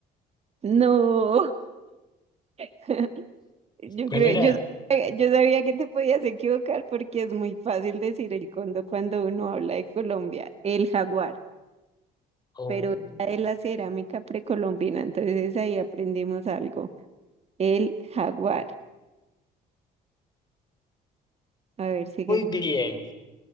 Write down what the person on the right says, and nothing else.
No, <laughs> yo
creo,
yo, sabía- yo sabía que te podías equivocar porque es muy fácil decir el cóndor cuando uno habla de Colombia. El jaguar.
pero
era de la cerámica precolombina, entonces ahí aprendimos algo. El jaguar, a ver, sigues